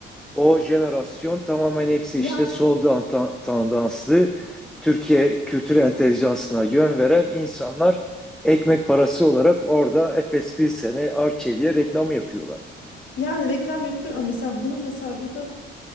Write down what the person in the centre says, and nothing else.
o jenerasyon tamamen hepsi
işte sol dan- tandanslı Türkiye kültür entelijansına yön veren insanlar ekmek parası olarak orada Efes bir sene Arçelik'e reklam yapıyorlar.